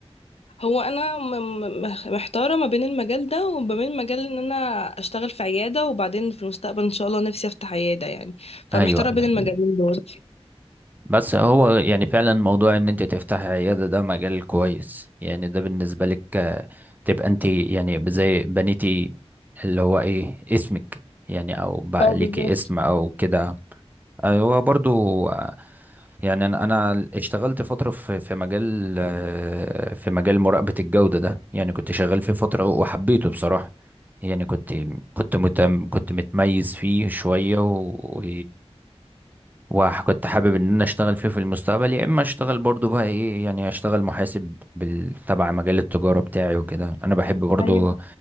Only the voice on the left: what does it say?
هو انا م- م- مح- محتاره ما بين المجال ده وما بين مجال ان انا اشتغل في عياده وبعدين في المستقبل ان شاء الله نفسي افتح عياده يعني فمحتاره
بين المجالين دول
اه
بالظبط
ايوه